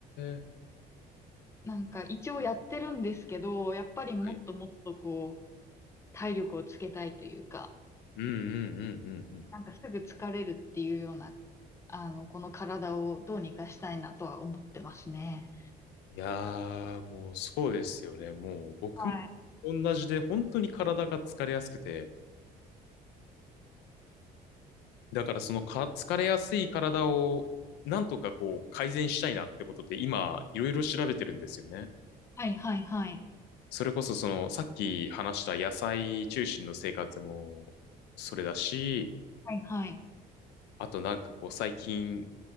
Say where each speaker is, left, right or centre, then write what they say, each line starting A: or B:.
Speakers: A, on the left; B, on the left.
A: ー。
B: なんか、一応やってるんですけど、やっぱりもっともっと、
A: はい。
B: こう、体力をつけたいというか、
A: うんうんうんうんうん。
B: なんかすぐ疲れるっていうような、あの、この体をどうにかしたいなとは思ってますね。
A: いやー、もうそうですよね。もう僕も
B: はい。
A: 同じで、本当に体が疲れやすくて、だからそのか疲れやすい体をなんとかこう改善したいなってことで今いろいろ調べてるんですよね。
B: はい、はい、はい。
A: それこそそのさっき話した野菜中心の生活もそれだし、
B: はい、はい。
A: あとなんかこう最近